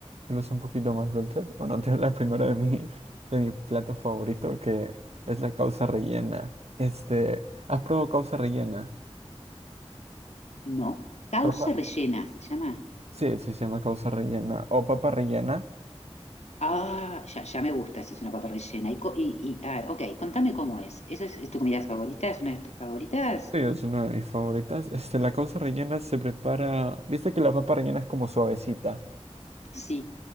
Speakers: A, on the right; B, on the left.
A: tal vez un poquito más dulces. Bueno, <laughs> te hablo primero de mi, de mi plato favorito, que es la causa rellena. Este, ¿has probado causa rellena?
B: No. Causa
A: Papa.
B: rellena, se llama.
A: Sí, sí, se llama causa rellena. O papa rellena.
B: Ah, ya, ya me gusta si es una papa rellena. Y, co- y, y- ah, ok, contame cómo es. ¿Eso es, es tu comida favorita? ¿Es una de tus favoritas?
A: Sí, es una de mis favoritas. Este, la causa rellena se prepara. Viste que la papa rellena es como suavecita.
B: Sí,